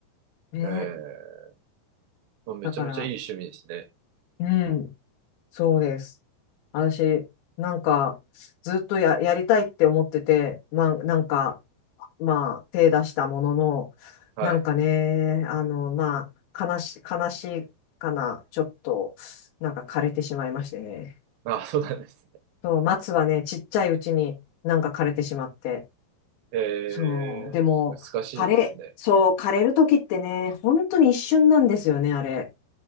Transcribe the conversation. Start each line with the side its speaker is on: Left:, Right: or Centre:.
Left: ね。
Right: ええ、まあめちゃめちゃいい趣味ですね。
Left: だから、うん、そうです。私、なんか、ずっとや、やりたいって思ってて、まあ、なんか、まあ、手出したものの、
Right: はい。
Left: なんかね、あの、まあ、悲し、悲しいかな、ちょっと、なんか枯れてしまいましてね。
Right: あ、そうなんですね。
Left: そう、松はね、ちっちゃいうちになんか枯れてしまって。
Right: ええ、
Left: そう。でも、
Right: 難しいですね。
Left: 枯れ、そう、枯れる時ってね、本当に一瞬なんですよね、あれ。